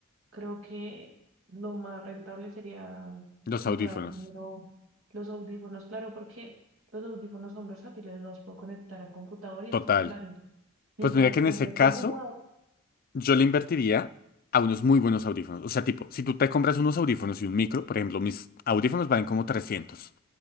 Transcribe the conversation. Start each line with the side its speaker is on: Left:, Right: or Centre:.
Right: creo que lo más rentable sería
Left: Los
Right: comprar
Left: audífonos.
Right: primero los audífonos, claro, porque los audífonos son versátiles, los puedo conectar al computador y
Left: Total.
Right: al celular, entonces, mientras
Left: Pues mira que
Right: compro
Left: en ese
Right: el
Left: caso
Right: computador,
Left: yo le invertiría a unos muy buenos audífonos. O sea, tipo, si tú te compras unos audífonos y un micro, por ejemplo, mis audífonos valen como 300